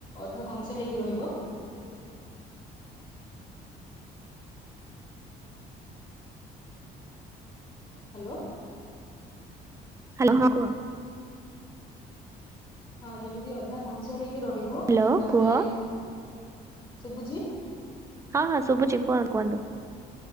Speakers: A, on the left; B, on the right.
A: ଅଧା କଞ୍ଚା ହେଇକି ରହିବ। ହ୍ୟାଲୋ।
B: ହ୍ୟାଲ ହଁ କୁହ।
A: ହଁ ଯେମିତି ଅଧା କଞ୍ଚା ହେଇକି ରହିବ
B: ହ୍ୟାଲୋ
A: ତାପରେ
B: କୁହ।
A: ଶୁଭୁଛି।
B: ହଁ ହଁ ଶୁଭୁଛି କୁହନ କୁହନ୍ତୁ।